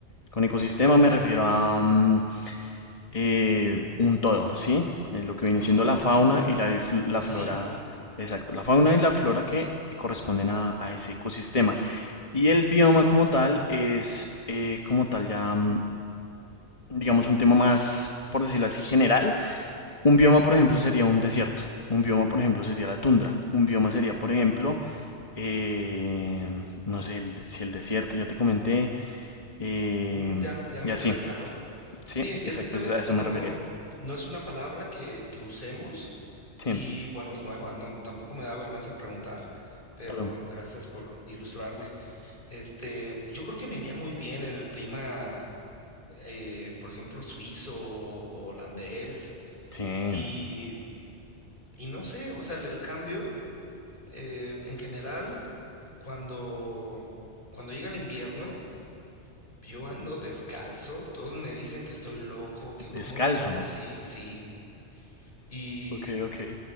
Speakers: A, on the left; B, on the left.
A: Con ecosistema me refiero a, mm, eh, un todo, ¿sí? Eh, lo que viene
B: Oh,
A: siendo la fauna
B: como,
A: y la,
B: como
A: la
B: clima.
A: flora, exacto, la fauna y la flora que corresponden a, a ese ecosistema. Y el bioma como tal es eh, como tal ya, mm, digamos, un tema más, por decirlo así, general. Un bioma, por ejemplo, sería un desierto. Un bioma, por ejemplo, sería la tundra. Un bioma sería, por ejemplo, eh, no sé, el- si el desierto, ya te comenté, eh,
B: Mm, ya, ya me
A: y así,
B: queda claro.
A: ¿sí?
B: Sí, es
A: Exacto,
B: que, ¿sabes?
A: eso- a eso
B: No,
A: me refería.
B: no es una palabra que, que usemos
A: Sí,
B: y bueno, es nueva, no, tampoco me da vergüenza preguntar, pero
A: claro.
B: gracias por ilustrarme. Este, yo creo que me iría muy bien en el clima, eh, por ejemplo, suizo o holandés.
A: Sí.
B: Y, y no sé, o sea, el, el cambio, eh, en general, cuando, cuando llega el invierno, yo <laughs> ando descalzo, todos me dicen que estoy loco, que cómo
A: Descalzo.
B: es que ando así, sí, y,
A: Ok, ok.